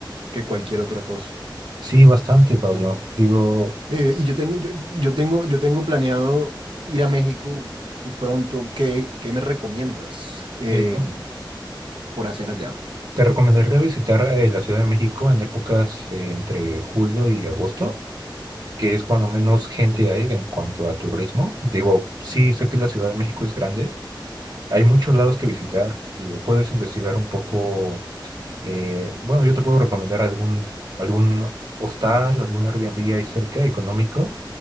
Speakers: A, on the right; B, on the right.
A: que cualquier otra cosa.
B: Sí, bastante, Pablo. Digo,
A: Eh, y yo tengo, yo, yo tengo, yo tengo planeado ir a México pronto. ¿Qué, qué me recomiendas eh,
B: eh,
A: por hacer allá?
B: Te recomendaría visitar eh, la Ciudad de México en épocas eh, entre julio y agosto, que es cuando menos gente hay en cuanto a turismo. Digo, sí, sé que la Ciudad de México es grande, hay muchos lados que visitar. Digo, puedes investigar un poco, eh, bueno, yo te puedo recomendar algún, algún hostal, algún Airbnb ahí cerca, económico.